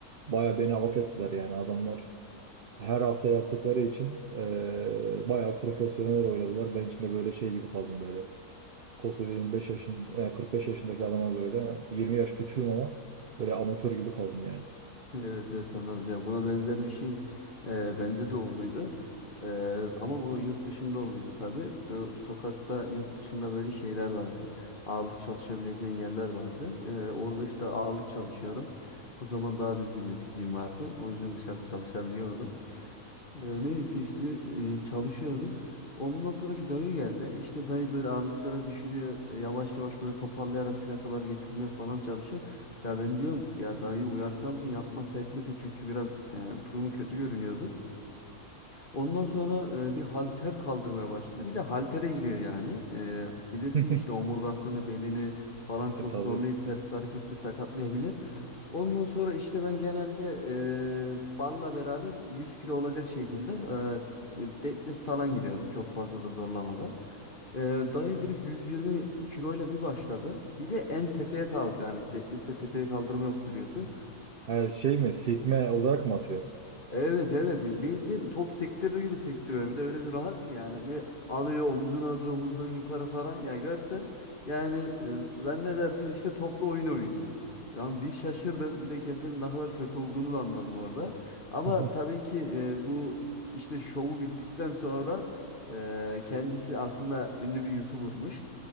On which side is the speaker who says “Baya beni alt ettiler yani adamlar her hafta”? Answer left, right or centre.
Right